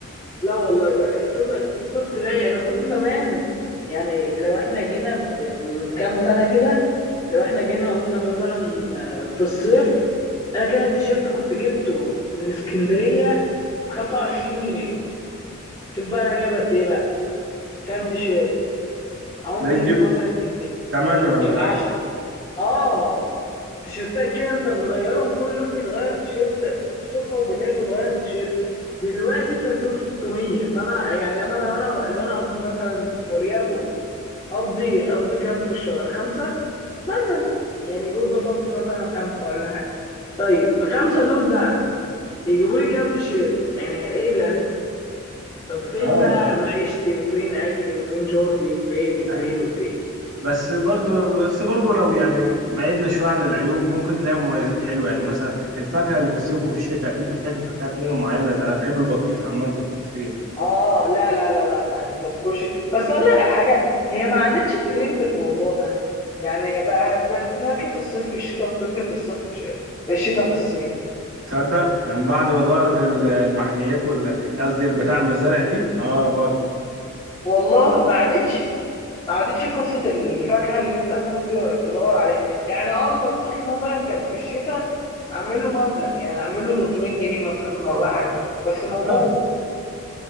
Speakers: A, on the left; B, on the right.
A: لا والله بقى الصيف الصيف تلاقي انا كنت زمان يعني لو احنا جينا ب... من كام سنه كده لو احنا جينا قلنا مثلا آه، في الصيف انا كان التيشيرت كنت جبته من اسكندريه ب 25 جنيه شوف بقى انا جايب قد ايه بقى كام تيشيرت اقوم
B: تلاقيك
A: جايب
B: جبت
A: لي مثلا
B: تمانية ولا
A: يجي
B: حاجة
A: 10 اه تيشيرتات كده انت بتغيرهم كل يوم بيتغير تيشيرت صبح وبالليل بتغير تيشيرت دلوقتي انت بتقول 600 فانا يعني انا لو انا ب... لو انا اقضي مثلا وليكن اقضي اقضي كام في الشهر خمسة مثلا يعني قول بصفي مثلا خمسة ولا حاجة طيب الخمسة دول بقى يجيبوا لي كام تيشيرت يعني ايه ده طب فين
B: أه
A: بقى معيشتي وفين اكلي وفين شربي وفين وفين
B: آه.
A: وفين
B: بس برضه بس برضه لو يعني بعدنا شوية عن العيوب ممكن تلاقي مميزات حلوة يعني مثلا الفاكهة اللي في الصيف وفي الشتاء أكيد بتحب فاكهات منه معينة زي أنا بحب البطيخ عامة في الصيف
A: اه لا لا لا لا لا انت تخش بس اقول لك على حاجه هي ما عادتش ترند الموضوع ده يعني بقى بقت فاكهه الصيف في الشتاء وفاكهه الصيف في الش- الشتاء في الصيف
B: تصدق من بعد ما ظهرت ال- المحميات وال قصدي البتاع المزارع دي اه برضه
A: والله ما عادتش ما عادتش قصه الفاكهه اللي انت كنت تدور عليها يعني اه البطيخ مثلا كان في الشتاء اعمل له مبلغ يعني اعمل له 300 جنيه مثلا ولا حاجه بس موجود
B: اه